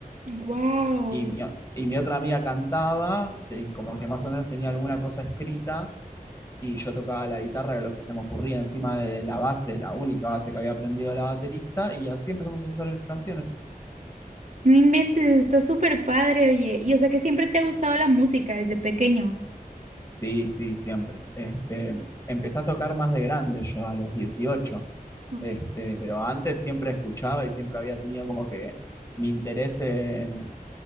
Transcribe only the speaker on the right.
Wow,
no inventes, está súper padre, oye. Y o sea que siempre te ha gustado la música desde pequeño.
Ok.